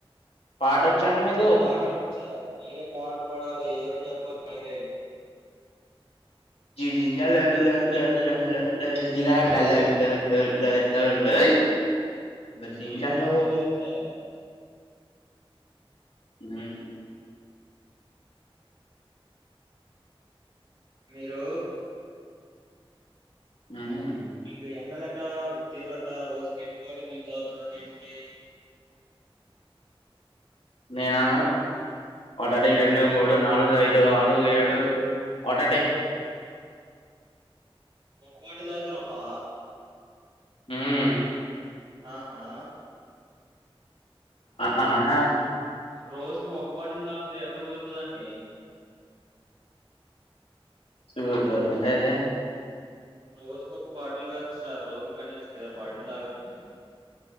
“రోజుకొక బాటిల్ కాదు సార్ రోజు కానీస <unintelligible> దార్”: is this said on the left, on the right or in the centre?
Right